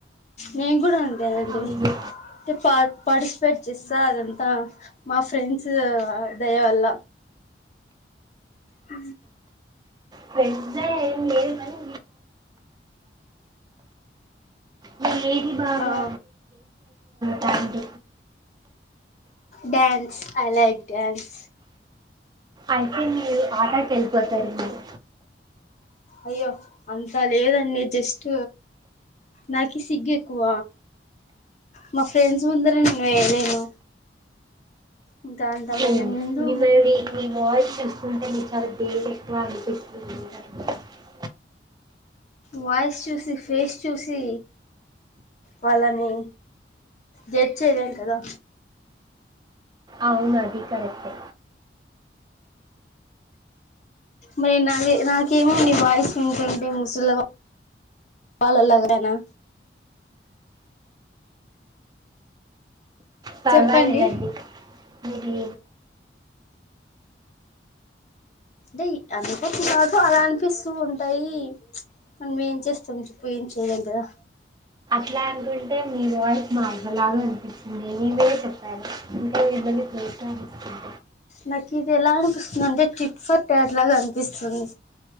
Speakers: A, on the left; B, on the right.
A: నేను కూడా లీవు అండి
B: అవును
A: డి పా పార్టిస్ ఎస్పెక్ట్ చేస్తా అదంతా మా ఫ్రెండ్స్ దయ వల్ల అ
B: ప్రెండ్స్ దయ ఏమి లేదు గాని మీరు బాగా
A: ఆ
B: టాక్
A: డ్యాన్స్ ఐలైక్ డ్యాన్స్
B: అయితే మీ ఆటాకి వెళ్ళిపోతారు మీరు
A: అయ్యో అంతా లేదండి జస్ట్ నాకు సిగ్గు ఎక్కువ మా ఫ్రెండ్స్ ముందర నేను వేయలేను ఇంకా అంత మంది
B: ఓ
A: ముందు
B: మిమ్మల్ని మీ వాయిస్ చూస్తుంటే మీ చాలా ఏది ఎక్కువ అనిపి <unintelligible>
A: వాయిస్ చూసి ఫేస్ చూసి వాళ్ళని జడ్జ్ చేయలేం కదా
B: అవును అది కరెక్టే
A: మరి నా నాకేమో ని వాయిస్ వింటుంటే ముసలి వాళ్ళలాగానా
B: పర్వాలేదండి
A: చెప్పండి
B: మీది
A: అంటే అందుకో నాకు అలా అనిపిస్తుంటాయి మనం మేము ఏం చేస్తాం చెప్పు ఏం చేయలేం కదా
B: ప్లాన్ గుండు అంటే మీ వాయిస్ మా అవ్వలాగ ఉంది మేమే చెప్పారు ఇంకా మిమ్మల్ని ప్రోత్సహస్తుంది
A: నాకిది ఎలా అనిపిస్ అంటే చిట్ ఫట్ ట్యాగ్ లాగా అనిపిస్తుంది